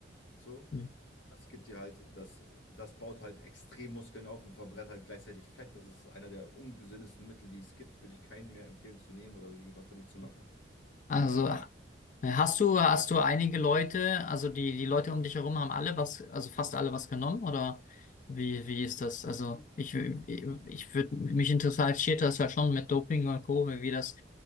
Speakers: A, on the left; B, on the left.
A: So.
B: Mhm.
A: Das gibt dir halt, das, das baut halt extrem Muskeln auf und verbrennt halt gleichzeitig Fett. Das ist einer der ungesündesten Mittel, die es gibt. Würde ich keinen mehr empfehlen zu nehmen oder so irgendwas damit zu machen.
B: Also
A: Also allgemein.
B: äh, hast du, hast du einige Leute, also die, die Leute um dich herum haben alle was, also fast alle was genommen oder wie, wie ist das? Also ich, ich würde, mich interessiert das halt schon mit Doping und Co., wie wie das